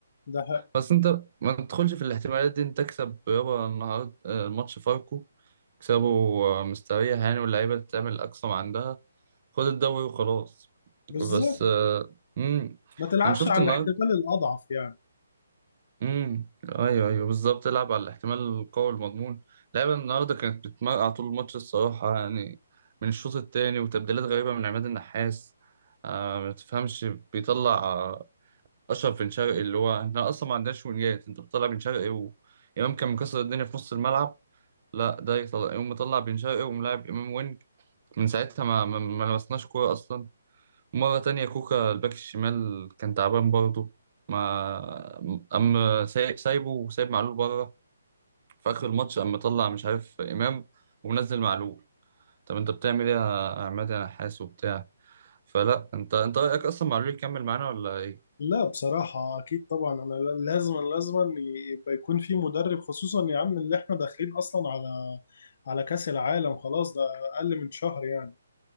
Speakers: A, on the left (about 55°); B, on the right (about 45°).
A: ده حق
B: بس انت ما تدخلش في الاحتمالات دي انت تكسب يابا النهاردة آه، الماتش فاركو تكسبه آه، مستريح يعني واللعيبة تعمل أقصى ما عندها خد الدوري وخلاص
A: بالظبط
B: بس آه، مم.
A: ما تلعبش
B: انا شفت
A: على
B: النهارده
A: الاحتمال الأضعف يعني
B: امم ايوه ايوه بالظبط العب على الاحتمال القوي المضمون اللعيبه النهارده كانت بتمرقع طول الماتش الصراحه يعني من الشوط الثاني وتبديلات غريبه من عماد النحاس آه ما تفهمش بيطلع آه، اشرف بن شرقي اللي هو احنا اصلا ما عندناش وينجات انت بتطلع بن شرقي وامام كان مكسر الدنيا في نص الملعب لا ده يطلع يقوم مطلع بن شرقي وملاعب امام وينج من ساعتها ما ما ما لمسناش كوره اصلا مرة تانية كوكا الباك الشمال كان تعبان برضه ما أما ساي- سايبه وسايب معلول بره في آخر الماتش أما طلع مش عارف إمام ومنزل معلول طب أنت بتعمل إيه يا عماد يا نحاس وبتاع فلا أنت أنت رأيك أصلا معلول يكمل معانا ولا إيه؟
A: لا بصراحة أكيد طبعا أنا لا- لازم لازم يبقى يكون في مدرب خصوصا يا عم اللي إحنا داخلين أصلا على على كأس العالم خلاص ده أقل من شهر يعني